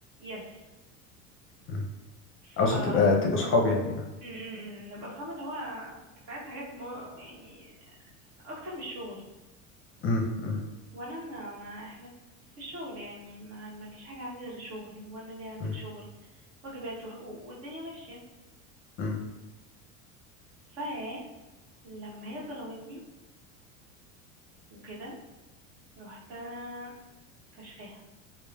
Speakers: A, on the right (about 60°); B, on the left (about 30°).
A: يس
B: مم. اقصد
A: ف م-
B: تبقى تبقوا صحاب يعني اه
A: م- م. نبقى اصحاب اللي هو كنت عايزه حاجات مو... يعني اكتر من الشغل
B: مم. مم.
A: وانا ما... ما احنا في الشغل يعني ما مالكش حاجه عندي غير الشغل وانا ليه عندك
B: مم.
A: شغل واجبات وحقوق والدنيا ماشيه
B: مم.
A: ف لما هي ظلمتني وكده رحت انا فشخاها